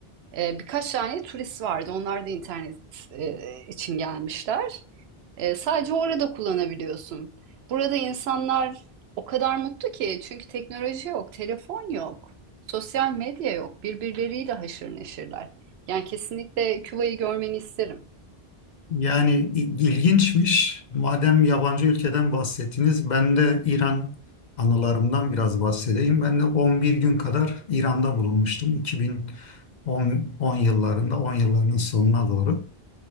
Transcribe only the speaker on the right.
E, birkaç tane turist vardı. Onlar da internet e, için gelmişler. E, sadece orada kullanabiliyorsun. Burada insanlar o kadar mutlu ki çünkü teknoloji yok, telefon yok, sosyal medya yok. Birbirleriyle haşır neşirler. Yani kesinlikle Küba'yı görmeni isterim.